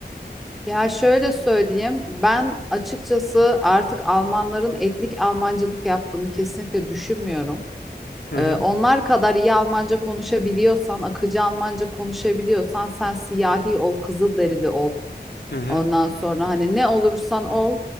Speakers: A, in the centre; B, on the left.
A: Ya şöyle söyleyeyim, ben açıkçası artık Almanların etnik Almancılık yaptığını kesinlikle düşünmüyorum.
B: Hı
A: Ee,
B: hı.
A: onlar kadar iyi Almanca konuşabiliyorsan, akıcı Almanca konuşabiliyorsan sen siyahi ol, kızılderili ol.
B: Hı hı.
A: Ondan sonra hani ne olursan ol